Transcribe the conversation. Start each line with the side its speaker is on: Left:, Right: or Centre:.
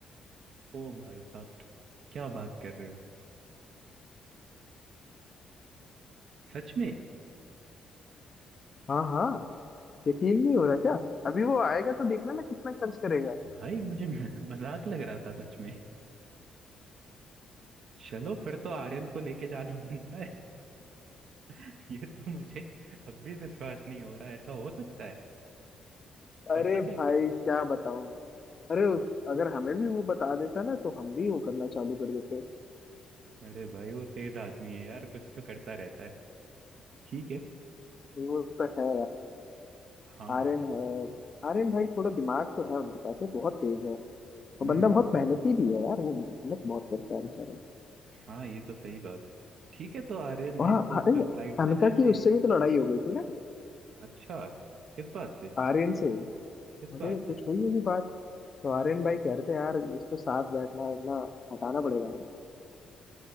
Right: ओ भाई साहब क्या बात कर रहे हो सच में
Left: हाँ हाँ यकीन नहीं हो रहा क्या अभी वो आएगा तो देखना मैं कितना खर्च करेगा
Right: भाई मुझे <laughs> मजाक लग रहा था सच में चलो फिर तो आर्यन को लेके जाना बनता है <laughs> ये तो मुझे अब भी विश्वास नहीं हो रहा ऐसा हो सकता है
Left: अरे
Right: ऐसा क्या
Left: भाई
Right: करो
Left: क्या बताऊं अरे उस- अगर हमें भी वो बता देता ना तो हम भी वो करना चालू कर देते
Right: अरे भाई वो तेज आदमी है यार कुछ तो करता रहता है ठीक है
Left: ये वो तो है
Right: हाँ
Left: आर्यन है आर्यन भाई थोड़ा दिमाग तो है उनके पास है बहुत तेज है और
Right: हम्म
Left: बंदा बहुत मेहनती भी है यार वो मेहनत बहुत करता है बेचारा
Right: हाँ ये तो सही बात ठीक है तो आर्यन है
Left: और हाँ
Right: तो
Left: अरे
Right: फिर फ्लाइट से
Left: अनका
Right: जाते
Left: की उससे
Right: हैं
Left: भी तो लड़ाई हो गई थी ना
Right: अच्छा किस बात पे
Left: आर्यन से
Right: इस
Left: अरे
Right: बात पे
Left: कुछ हुई होगी बात तो आर्यन भाई कह रहे थे यार इसको साथ बैठना उठना हटाना पड़ेगा